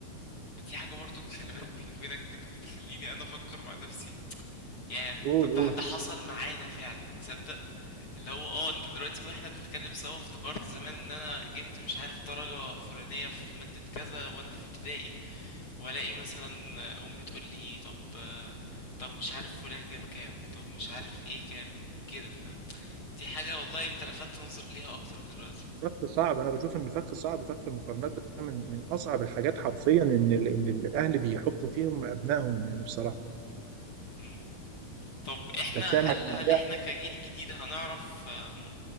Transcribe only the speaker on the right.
قول
قول
فخ صعب انا بشوف ان فخ صعب فخ المقارنات ده من من اصعب الحاجات حرفيا ان ال- ال- الاهل بيحطوا فيهم ابنائهم يعني بصراحه
انت بتعمل
عليها
نقطة.